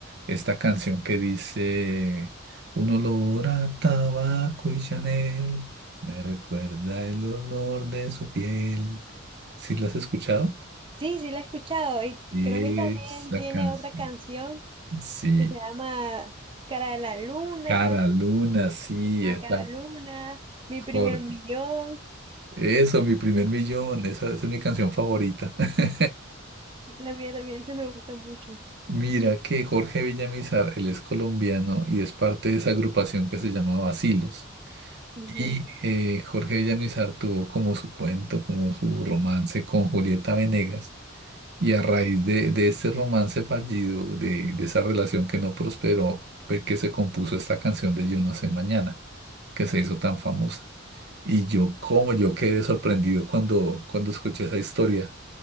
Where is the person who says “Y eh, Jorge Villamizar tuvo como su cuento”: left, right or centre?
Right